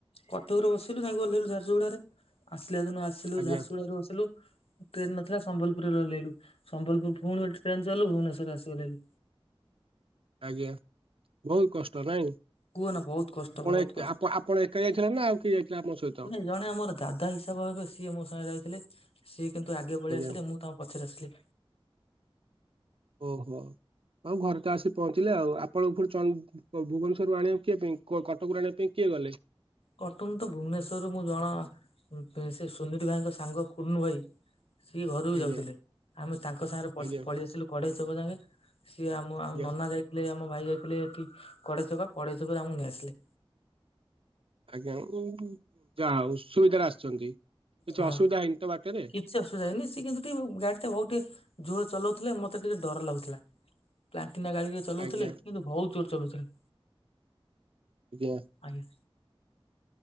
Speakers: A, on the left; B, on the right.
A: କଟକରେ ବସିଲୁ ଯାଇକି ଓଲ୍ହେଇଲୁ ଝାଡସୁଗୁଡାରେ ଆସିଲା ଦିନ ଆସିଲୁ
B: ଆଜ୍ଞା
A: ଝାରସୁଗୁଡ଼ା ରୁ ଆସିଲୁ ଟ୍ରେନ ନଥିଲା ସମ୍ବଲପୁରରେ ଓଲ୍ହେଇଲୁ ସମ୍ବଲପୁର ପୁଣି ଗୋଟେ ଟ୍ରେନ ଚଡ଼ିଲୁ ଭୁବନେଶ୍ୱର ରେ ଆସି ଓଲ୍ହେଇଲୁ।
B: ଆଜ୍ଞା ବୋହୁତ କଷ୍ଟ ନାଇଁ
A: କୁହନା ବହୁତ କଷ୍ଟ
B: ଆପଣ
A: ବହୁତ
B: ଏକା
A: କଷ୍ଟ।
B: ଆପ ପ ଣ ଏକା ଯାଇଥିଲେ ନା ଆଉ କିଏ ଯାଇଥିଲା ଆପଣ ସହି
A: ନାଇଁ ଜଣେ ଆମର ଦାଦା ହିସାବ ହେବେ ସିଏ ମୋ ସାଙ୍ଗେ ଯାଇଥିଲେ ସିଏ କିନ୍ତୁ ଆଗେ ପଳେଇ
B: ଆଜ୍ଞା।
A: ଆସିଲେ ମୁ ତାଙ୍କ ପଛରେ ଆସିଲେ।
B: ଓହୋ ହଉ ଘର ତ ଆସି ପହଞ୍ଚିଲେ ଆଉ ଆପଣଙ୍କୁ ଚ ଭୁବନେଶ୍ୱରରୁୁ ଆଣିବା କେ ପାଇଁ କୁହ କଟକରୁ ଆଣିବା ପାଇଁ କିଏ ଗଲେ?
A: କଟନ ତ ଭୁବନେଶ୍ୱରରୁୁ ମୁଁ ଜଣ ସେ ସୁମିତ ଭାଇଙ୍କ ସାଙ୍ଗ କୁନୁ ଭାଇ ସିଏ ଘରକୁ
B: ଆଜ୍ଞା
A: ଯାଉଥିଲେ ଆମେ ତାଙ୍କ ସାଙ୍ଗରେ
B: ଆଜ୍ଞା
A: ପଳେଇ ଆସିଲୁ କଡେଇ ଛକ ଯାଙ୍ଗେ ସିଏ ଆମ ମୁଁ ଆଉ
B: ଆଜ୍ଞା
A: ନନା ଯାଇ ଥିଲେ ଆମ ଭାଇ ଯାଇଥିଲେ ଏଠି କଡେଇ ଛକ କଡେଇ ଛକ ରୁ ଆମକୁ ନେଇଆସିଲେ।
B: ଆଜ୍ଞା ଯାଉ ସୁବିଧାରେ ଆସିଛନ୍ତି କିଛି
A: ହଁ
B: ଅସୁବିଧା ହେଇନି ତ ବାଟରେ?
A: କିଛି ଅସୁବିଧା ହେଇନି ସିଏ କିନ୍ତୁ ଟିକେ ଗାଡି ଟା ବହୁ ଟିକେ ଜୋର ଚଲାଉଥିଲେ ମତେ ଟିକେ ଡର ଲାଗୁଥିଲା। ପ୍ଲାଟିନା ଗାଡିରେ ଚଲାଉଥିଲେ
B: ଆଜ୍ଞା
A: କିନ୍ତୁ ବହୁତ ଜୋର ଚଲାଉଥିଲେ
B: ଦି ୟା।
A: ଆଜ୍ଞା।